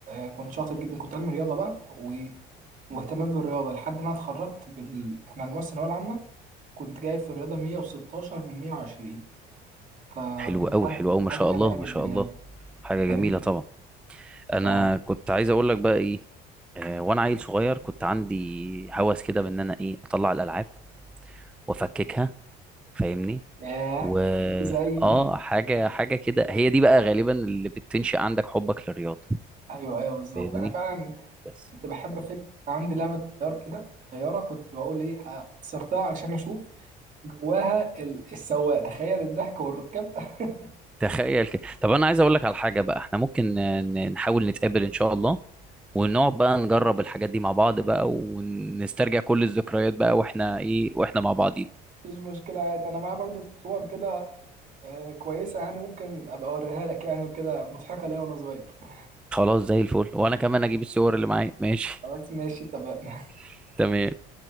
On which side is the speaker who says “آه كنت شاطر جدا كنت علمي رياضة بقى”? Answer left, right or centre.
Right